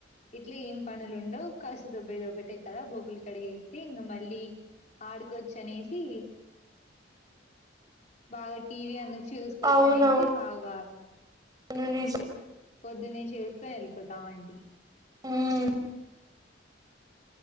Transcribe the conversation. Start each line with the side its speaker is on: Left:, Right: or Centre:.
Left: ఇట్లే ఏం పనులు ఉండవు. కాసు దొబ్బేది ఒకటే కదా బోగులు కడిగేస్తే ఇంగ మళ్ళీ ఆడుకోవచ్చు అనేసి బాగా టీవీ అందుకు చూసుకోవచ్చు
Right: అవునవును
Left: అనేసి బాగా
Right: <unintelligible>
Left: పొద్దున్న చేసుకొని వెళ్ళిపోతా అంటి
Right: ఉమ్